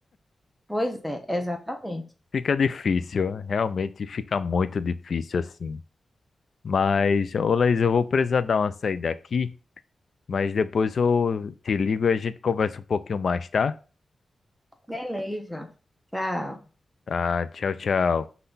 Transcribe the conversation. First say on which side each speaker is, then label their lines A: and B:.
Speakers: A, in the centre; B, on the left.
A: Pois é, exatamente.
B: Fica difícil, realmente fica muito difícil assim. Mas, ô Laís, eu vou precisar dar uma saída aqui, mas depois eu te ligo e a gente conversa um pouquinho mais, tá?
A: Beleza. Tchau.
B: Tá, tchau, tchau.